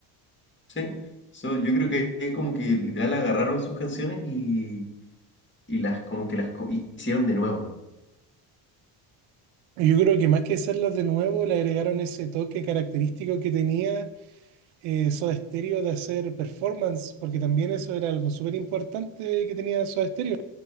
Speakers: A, on the left; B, on the right.
A: Sí, so, yo creo que es como que literal agarraron sus canciones y, y las como que las co- hicieron de nuevo.
B: Y Yo creo que más que hacerlos de nuevo, le agregaron ese toque característico que tenía eh, Soda Stereo de hacer performance, porque también eso era algo súper importante que tenía Soda Stereo,